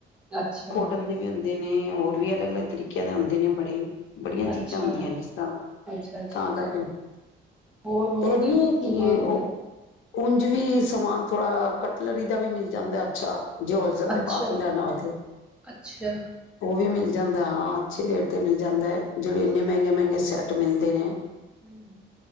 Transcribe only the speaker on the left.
ਕਾਟਨ ਦੇ ਵੀ ਹੁੰਦੇ ਨੇ। ਹੋਰ ਵੀ ਅਲੱਗ, ਅਲੱਨਾ ਤਰੀਕਿਆਂ ਦੇ ਹੁੰਦੇ ਨੇ ਬੜੇ। ਬੜੀਆਂ ਚੀਜ਼ਾਂ
ਹੁੰਦੀਆਂ ਨੇ ਇਸ ਤਰ੍ਹਾਂ
ਤਾਂ
ਕਰਕੇ
ਇਹ ਨੀ
ਕਿ
ਉਹ ਉਂਝ ਵੀ ਸਮਾਨ ਥੋੜ੍ਹਾ ਕਟਲਰੀ ਦਾ ਵੀ ਮਿਲ ਜਾਂ <inaudible> ਜੇ ਹੋਲਸੇਲ
ਦੇ ਬਾਥਰੂਮ ਜਾਣਾ ਹੋਏ ਤੇ
ਓ ਵੀ ਮਿਲ ਜਾਂਦਾ ਹਾਂ, ਅੱਛੇ ਰੇਟ ਤੇ ਮਿਲਦਾ ਐ, ਜਿਹੇ ਇੰਨੇ ਮਹਿੰਗੇ ਮਹਿੰਗੇ ਸੈੱਟ ਮਿਲਦੇ ਨੇ